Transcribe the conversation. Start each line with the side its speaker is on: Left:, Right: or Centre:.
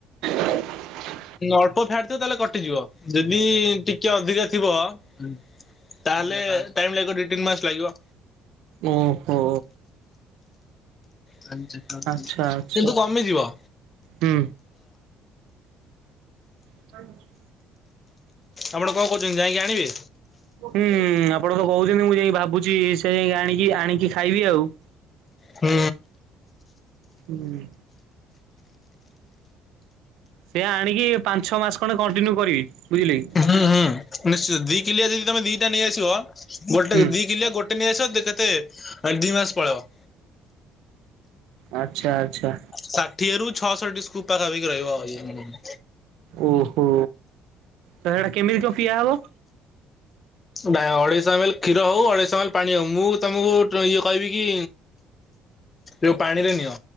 Right: <inaudible>
Left: ଅଳ୍ପ ଫ୍ୟାଟ୍ ଥିବ ତାହେଲେ କଟିଯିବ ଯଦି ଟିକେ ଅଧିକା ଥିବ ତାହେଲେ ଟାଇମ୍ ଲାଗିବ ଦି ତିନି ମାସେ ଲାଗିବ
Right: ଓହୋ।
Left: <unintelligible>
Right: ଆଚ୍ଛା ଆଚ୍ଛା
Left: କିନ୍ତୁ କମିଯିବ।
Right: ହୁଁ। <inaudible>
Left: ଆପଣ କଣ କହୁଛନ୍ତି ଯାଇକି ଆଣିବେ?
Right: ହୁଁ ଆପଣ ତ କହୁଛନ୍ତି ମୁଁ ଯାଇକି ଭାବୁଛି ସେ ଯାଇ ଆଣିକି ଆଣିକି ଖାଇବି ଆଉ
Left: ହୁଁ
Right: ହୁଁ। ସେ ଆଣିକି ପାଞ୍ଚ ଛଅ ମାସେ ଖଣ୍ଡେ କଣ୍ଟିନ୍ୟୁ କରିବି ବୁଝିଲେ କି
Left: ହୁଁ ହୁଁ। ନିଶ୍ଚିତ ଦି କିଲିଆ ଯଦି ତମେ ଦିଟା ନେଇଆସିବ ଗୋଟେ
Right: ହୁଁ
Left: ଦି କିଲିଆ ଗୋଟେ ନେଇଆସ କେତେ ଦି ମାସ ପଳେଇବ
Right: ଆଚ୍ଛା। ଆଚ୍ଛା
Left: ଷାଠିଏରୁ ଛଅଷଠି ସ୍କୁପ୍ ପାଖାପାଖି ରହିବ ଆଉ ଇ
Right: ଓହୋ ତା ହେଟା କେମିତି କଣ ପିଆହବ?
Left: ନାଇ ଅଢ଼େଇଶହ ଏମ୍ ଏଲ୍ କ୍ଷୀର ହଉ ଅଢେଇଶହ ଏମ୍ ଏଲ ପାଣି ହଉ ମୁଁ ତମକୁ ଇଏ କହିବି କି ଯଉ ପାଣିରେ ନିଅ